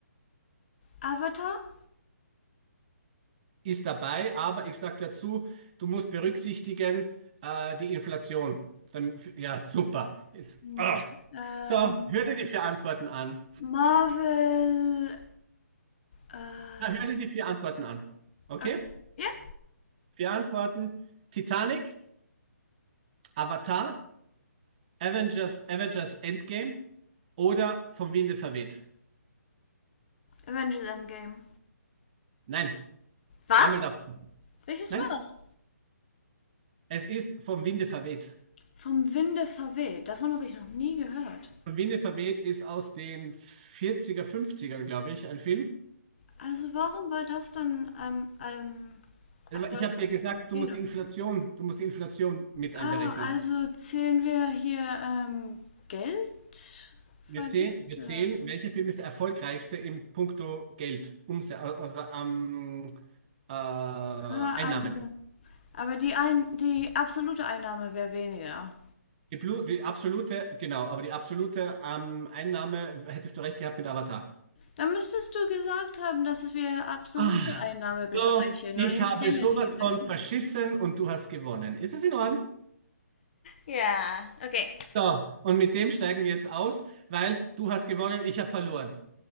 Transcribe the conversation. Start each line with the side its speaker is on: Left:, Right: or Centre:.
Left: Avatar?
Right: ist dabei, aber ich sage dazu, du musst berücksichtigen äh, die Inflation. Dann, ja, super. Jetzt,
Left: Mhm.
Right: ah.
Left: Ähm,
Right: So, hör dir die vier Antworten an.
Left: Marvel. Äh,
Right: Na, hör dir die vier Antworten an. Okay?
Left: okay. Ja,
Right: Vier Antworten: Titanic, Avatar, Avengers, Avengers Endgame oder vom Winde verweht.
Left: Avengers Endgame.
Right: Nein,
Left: Was?
Right: einmal darf.
Left: Welches
Right: Nein,
Left: war's?
Right: es ist vom Winde verweht.
Left: Vom Winde verweht. Davon habe ich noch nie gehört.
Right: Vom Winde verweht ist aus den 40er, 50ern, glaube ich, ein Film.
Left: Also warum war das dann am ähm, am erfolgreichsten
Right: Ich habe dir gesagt,
Left: Kino?
Right: du musst die Inflation, du musst die Inflation mit
Left: Ah,
Right: einberechnen.
Left: also zählen wir hier ähm, Geld verdient,
Right: Wir zählen, wir
Left: oder?
Right: zählen, welcher Film ist der erfolgreichste im puncto Geld, Umse also am äh, Einnahmen.
Left: Ah, also. Aber die, ein die absolute Einnahme wäre weniger.
Right: Die, Blu die absolute, genau, aber die absolute ähm, Einnahme hättest du recht gehabt mit Avatar.
Left: Dann müsstest du gesagt haben, dass wir absolute
Right: Ah,
Left: Einnahme besprechen
Right: so, ich
Left: und nicht
Right: habe
Left: relative.
Right: sowas von verschissen und du hast gewonnen. Ist es in Ordnung?
Left: Ja, okay.
Right: So, und mit dem steigen wir jetzt aus, weil du hast gewonnen, ich habe verloren.